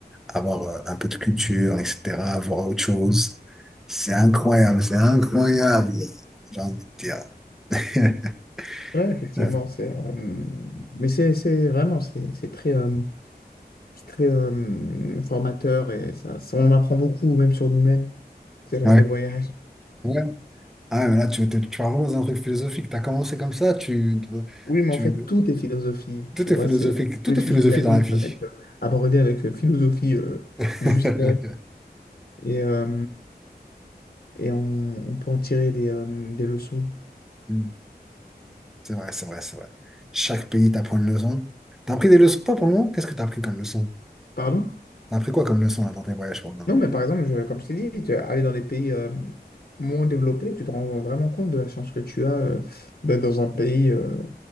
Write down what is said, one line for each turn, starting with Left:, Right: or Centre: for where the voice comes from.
Centre: avoir euh, un peu de culture, etc., voir autre chose. C'est incroyable, c'est incroyable. J'ai envie de dire. <laughs>
Left: Ouais, effectivement,
Centre: Ouais,
Left: c'est. euh, Mais c'est c'est vraiment, c'est c'est très. euh, C'est très euh, formateur et ça, ça- on en apprend beaucoup, même sur nous-mêmes, c'est lors
Centre: ouais.
Left: des voyages.
Centre: Ouais. Ah, mais là, tu, tu, tu vas vraiment dans un truc philosophique. Tu as commencé comme ça, tu,
Left: Oui, mais
Centre: tu,
Left: en fait, tout est philosophie,
Centre: tout
Left: tu vois,
Centre: est philosophique.
Left: c'est tous
Centre: Tout
Left: les sujets
Centre: est philosophie
Left: de la vie
Centre: dans la vie.
Left: peuvent être euh, abordés avec euh, philosophie, euh,
Centre: <laughs>
Left: justesse, et, euh, et on, on peut en tirer des, euh, des leçons.
Centre: Mm. C'est vrai, c'est vrai, c'est vrai. Chaque pays t'apprend une leçon. T'as appris des leçons, pas pour le moment? Qu'est-ce que t'as appris comme leçon?
Left: Pardon?
Centre: T'as appris quoi comme leçon là, dans tes voyages pour le moment?
Left: Non, mais par exemple, je- comme je t'ai dit, tu- aller dans des pays euh, moins développés, tu te rends vraiment compte de la chance que tu as euh, d'être dans un pays euh,